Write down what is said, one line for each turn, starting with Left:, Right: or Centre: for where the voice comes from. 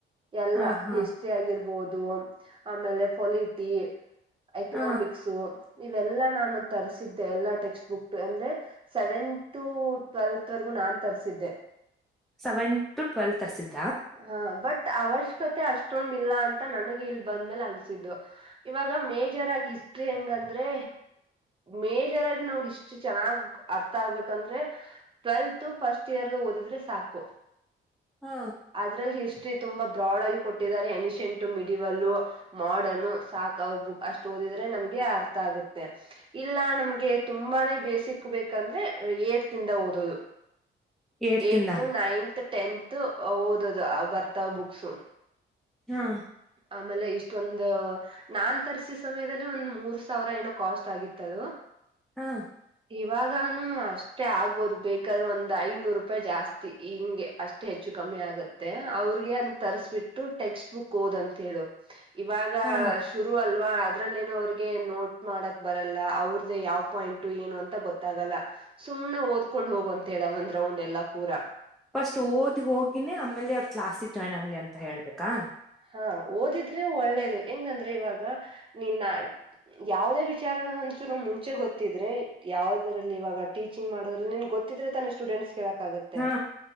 Right: ಎಲ್ಲಾ
Centre: ಹ ಹಾ
Right: ಹಿಸ್ಟ್ರಿ ಆಗಿರ್ಬೊದು ಆಮೇಲೆ ಪೊಲಿಟಿ ಎಕನಾಮಿಕ್ಸ್
Centre: ಹ
Right: ಇವೆಲ್ಲಾ ನಾನು ತರಿಸಿದ್ದೆ ಎಲ್ಲಾ ಟೆಕ್ಸ್ಟ್ ಬುಕ್ ಅಂದ್ರೆ ಸೆವೆಂತ್ ಟು ಟ್ವೆಲ್ತ್ವರೆಗೂ ನಾನ್ ತರಿಸಿದ್ದೆ
Centre: ಸೆವೆಂತ್ ಟ್ವೆಲ್ತ್ ತರ್ಸಿದ್
Right: ಹ ಬಟ್ ಅವಶ್ಯಕತೆ ಅಷ್ಟೊಂದ ಇಲ್ಲ ಅಂತ ನನಗ್ ಇಲ್ ಬಂದ್ಮೇಲೆ ಅನ್ಸಿದ್ದು ಇವಾಗ ಮೇಜರ್ ಆಗಿ ಹಿಸ್ಟ್ರಿ ಹೆಂಗಂದ್ರೆ ಮೇಜರ್ ಆಗ್ ನಾವ್ ಹಿಸ್ಟ್ರಿ ಚೆನ್ನಾಗ್ ಅರ್ಥ ಆಗ್ಬೇಕಂದ್ರೆ ಟ್ವೆಲ್ತ್ ಫಸ್ಟ್ ಇಯರ್ ಓದಿದ್ರೆ ಸಾಕ್ ಸಾಕು
Centre: ಹಾ
Right: ಅದ್ರಲ್ಲಿ ಹಿಸ್ಟ್ರಿ ತುಂಬಾ ಬ್ರಾಡ್ ಆಗಿ ಕೊಟ್ಟಿದ್ದಾರೆ ಎನ್ಶೆಂಟು ಮಿಡಿವಲ್ ಮಾಡನ್ ಸಾಕ ಅವ್ರ ಬುಕ್ ಅಷ್ಟು ಓದಿದ್ರೆ ನಮ್ಗೆ ಅರ್ಥ ಆಗುತ್ತೆ ಇಲ್ಲ ನಮ್ಗೆ ತುಂಬಾನೇ ಬೇಸಿಕ್ ಬೇಕಂದ್ರೆ ಏಟ್ ತಿಂದ ಓದೋದು.
Centre: ಏಡ್ತಿಂದ
Right: ಏಟ್ ಟು ನೈನ್ತ್ ಟೆಂತು ಓದದು ಬರ್ತಾವ ಬುಕ್ಸು
Centre: ಹಾ
Right: ಆಮೇಲೆ ಇಷ್ಟೊಂದು ನಾನ್ ತರ್ಸಿ ಸಮಯದಲ್ಲಿ ಒಂದ್ ಮೂರ್ ಸಾವಿರ ಏನೋ ಕಾಸ್ಟ್ ಆಗಿತ್ತದು
Centre: ಹಾ
Right: ಇವಾಗಾನು ಅಷ್ಟೇ ಆಗ್ಬೋದ ಬೇಕಾದ್ರೆ ಒಂದು ಐನೂರು ರೂಪಾಯಿ ಜಾಸ್ತಿ ಹಿಂಗೆ ಅಷ್ಟೇ ಹೆಚ್ಚು ಕಮ್ಮಿ ಆಗತ್ತೆ ಅವ್ರಿಗೆ ಅನ್ ತರಿಸಿಬಿಟ್ಟು ಟೆಕ್ಸ್ಟ್ ಬುಕ್ ಕೋದಂತ್ ಹೇಳು ಇವಾಗ
Centre: ಹಾ
Right: ಶುರು ಅಲು ಅದ್ರಲ್ಲ ಏನೋ ಅವ್ರಿಗೆ ನೋಟ್ ಮಾಡಕ್ ಬರಲ್ಲ ಅವ್ರ್ದ ಯಾವ್ ಪಾಯಿಂಟ್ ಏನು ಅಂತ ಗೊತ್ತಾಗಲ್ಲ ಸುಮ್ನೆ ಓದ್ಕೊಂಡ್ ಹೋಗುವಂತೆ ಹೇಳು ಆ ಒಂದು ರೌಂಡ್ ಎಲ್ಲಾ ಪೂರಾ
Centre: ಫಸ್ಟ್ ಓದಿ ಹೋಗಿನೇ ಆಮೇಲೆ ಆಗ್ ಕ್ಲಾಸಿಗೆ ಜಾಯ್ನ್ ಆಗ್ಲಿ ಅಂತ ಹೇಳ್ಬೇಕಾ
Right: ಹಾ ಓದಿದ್ರೆ ಒಳ್ಳೇದು ಹೆಂಗಂದ್ರೆ ಇವಾಗ ನಿನ್ನ ಯಾವದೇ ವಿಚಾರ ಒಂಚೂ ಮುಂಚೆ ಗೊತ್ತಿದ್ರೆ ಯಾವದರಲ್ಲಿ ಇವಾಗ ಟೀಚಿಂಗ್ ಮಾಡೋದ್ರಲ್ಲಿ ನಿನ್ ಗೊತ್ತಿದ್ರೆ ತನ್ನ ಸ್ಟೂಡೆಂಟ್ಸ್ಗೆ ಹೇಳಕ್ಕಾಗುತ್ತೆ
Centre: ಹಾ